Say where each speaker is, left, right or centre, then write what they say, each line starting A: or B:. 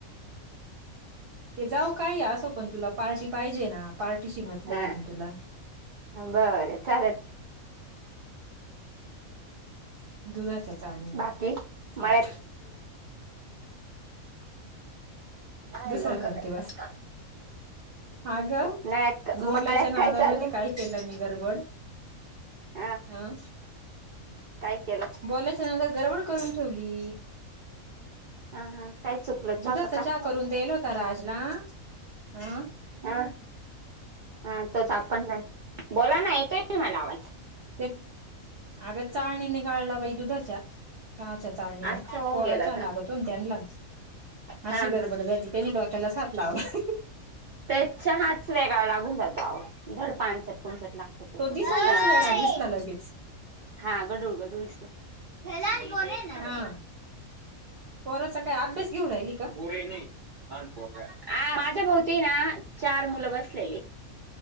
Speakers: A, on the right; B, on the right.
A: ते जाऊ काय असो पण तुला पार्टी पाहिजे ना पार्टीशी मतलब
B: हा
A: आहेेत तुला
B: बरं चालल
A: दुधाच्या चहा
B: बाकी मळ्यात चाललं
A: दुसरा करते बस अग
B: नळ्यात मळ्यात
A: बोलायच्या नादामध्ये
B: काय चाललं
A: काही केला मी गरबड
B: हा
A: ह
B: काय केलं?
A: बोलायच्या नादाला गरबड करून ठेवली.
B: हा हा काय चुकलं
A: दुधाचा
B: का काय
A: चहा करून देयल होता राजला, अं
B: हा हा तोच आपण <unintelligible> बोला ना येतोय की मला आवाज
A: ते अगं चाळणीने गाडला बाई दुधाच्या चहा चाळणीनं
B: असं होऊन
A: कोरा
B: गेलं
A: चहा
B: का
A: लागतो ना त्यांला अशी
B: हा
A: गडबड
B: हा
A: झाली त्यांनी डोक्यालाच हात लावला
B: त्याच चहाच वेगळा लागून जातो आवो धड पांचट पांचट लागतो तो
A: दिसायलाच
B: <unintelligible>
A: वेगळा दिसला लगेच
B: <inaudible> हा गडूळ गडूळच दिसतो <inaudible> <unintelligible>
A: हा पोराचा काय अभ्यास घेऊ राहिली का?
B: पुरे नायी <inaudible> माझ्या भोवती ना चार मुलं बसलेले